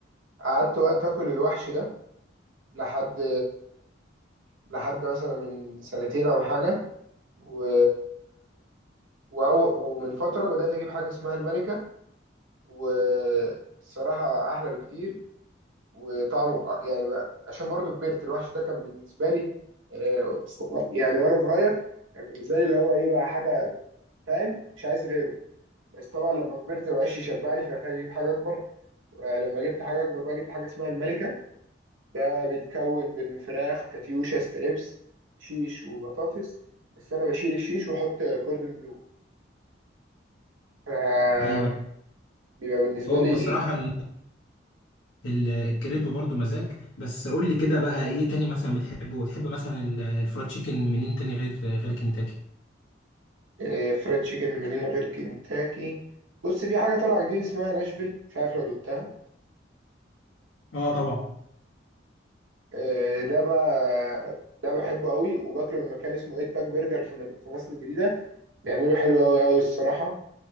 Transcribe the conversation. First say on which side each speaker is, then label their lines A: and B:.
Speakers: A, on the right (about 85°); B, on the left (about 80°).
A: قعدت وقت اكل الوحش ده لحد لحد مثلا من سنتين او حاجه و... وأو... ومن فتره بدات اجيب حاجه اسمها الملكه والصراحه احلى بكتير وطعمه يعني بقى عشان برضه كبرت الوحش ده كان بالنسبه لي آه، يعني وانا صغير كان بالنسبه لي اللي هو ايه بقى حاجه فاهم مش عايز غيره بس طبعا لما كبرت مبقاش يشبعني فمحتاج اجيب حاجه اكبر آه، لما جبت حاجه اكبر بقى جبت حاجه اسمها الملكه ده بيتكون من فراخ كاتيوشا ستريبس شيش وبطاطس بس انا بشيل الشيش واحط كوردن بلو فبيبقى
B: ايوه
A: بالنسبه
B: هو
A: لي
B: الصراحة ال- ال- الكريب برضو مزاج بس قول لي كده بقى ايه تاني مثلا بتحبه وتحب مثلا ال- الفرايد تشيكن منين تاني غير غير كنتاكي
A: آه، فرايد تشيكن من غير كنتاكي بص في حاجه طالعه جديده اسمها ناشفيل مش عارف لو دقتها
B: اه طبعا
A: آه، ده بقى ده بحبه قوي وباكله من مكان اسمه ايت باك برجر في مد- في مصر الجديده بيعملوا حلو قوي قوي الصراحه